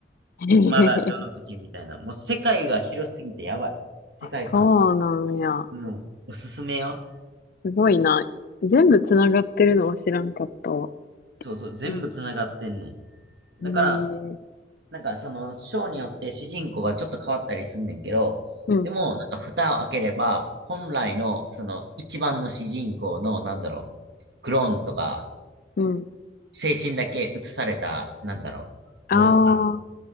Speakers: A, on the left; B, on the right.
A: <laughs>
B: まだ序の口みたいな。もう世界が広すぎてやばい。
A: あ、
B: 世界観が。
A: そうなんや。
B: うん。おすすめよ。
A: すごいな。全部つながってるのは知らんかったわ。
B: そうそう。全部繋がってんねん。
A: ね、えー、
B: だから、なんかその、章によって主人公がちょっと変わったりすんねんけど、
A: うん、
B: でも、なんか蓋を開ければ、本来の、その、一番の主人公の、なんだろう、クローンとか、
A: うん。
B: 精神だけ移された、なんだろう、
A: ああ、
B: もう、
A: は
B: あの